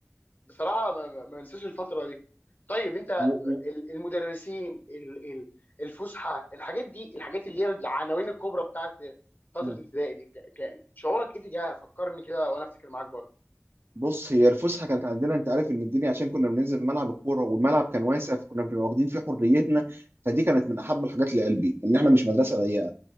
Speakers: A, on the left (about 40°); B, on the right (about 55°).
A: بصراحه ما, ما ما انساش الفتره دي طيب انت
B: و- و-
A: ال- المدرسين ال- ال- الفسحه الحاجات دي الحاجات اللي هي العناوين الكبرى بتاعت فتره
B: مم.
A: ابتدائي دي ك- كان شعورك ايه تجاهها فكرني كده وانا افتكر معاك برضه
B: بص هي الفسحه كانت عندنا انت عارف ان الدنيا عشان كنا بننزل ملعب الكوره والملعب كان واسع فكنا بنبقى واخدين فيه حريتنا فدي كانت من احب الحاجات لقلبي ان احنا مش مدرسه ضيقه